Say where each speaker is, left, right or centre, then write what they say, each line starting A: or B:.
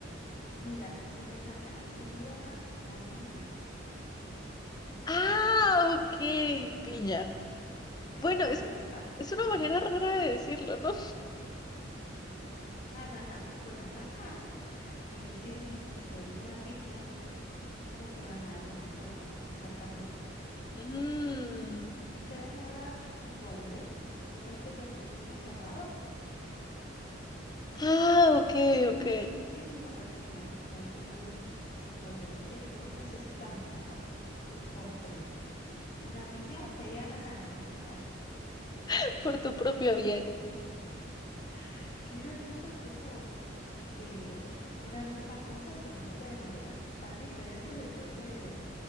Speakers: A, on the left (about 45°); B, on the left (about 20°).
A: Mira, el ananá sería la piña,
B: Ah, ok, piña.
A: es
B: Bueno,
A: la
B: es,
A: fruta,
B: es
A: sí.
B: una manera rara de decirlo, ¿no?
A: Ananá. Bueno, acá, eh, si venís y pedís una piña, no te van a dar una fruta, exactamente.
B: Mm.
A: Te van a dar un golpe, un golpe con el puño cerrado.
B: Ah, ok, ok.
A: Eso es una piña, darte un, un golpe. Así que si vos necesitas para un postre una piña, pedí acá mejor.
B: <laughs> Por tu propio bien.
A: <laughs> Qué gracioso cómo eh, una misma cosa se nombra de maneras tan diferentes depende